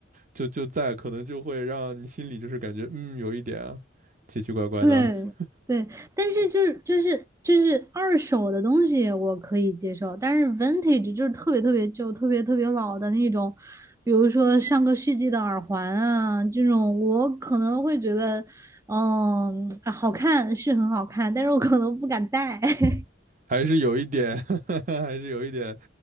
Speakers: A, on the right; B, on the right.
A: 就就在，可能就会让你心里就是感觉，嗯，有一点啊奇奇怪怪的，
B: 对对，
A: <laughs>
B: 但是就是就是就是二手的东西我可以接受，但是 vintage 就是特别特别旧、特别特别老的那种，比如说上个世纪的耳环啊，这种我可能会觉得，嗯，好看是很好看，但是我可能不敢戴。<laughs>
A: 还是有一点，<laughs> 还是有一点